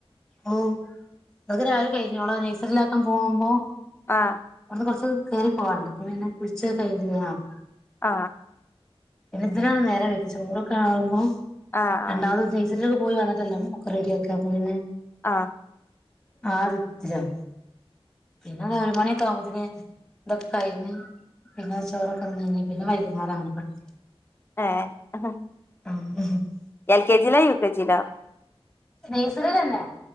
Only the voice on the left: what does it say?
ആ
ആ
ആഹ്
ആ
ഏ അഹ
എൽ കെ ജിലാ യു കെ ജിലാ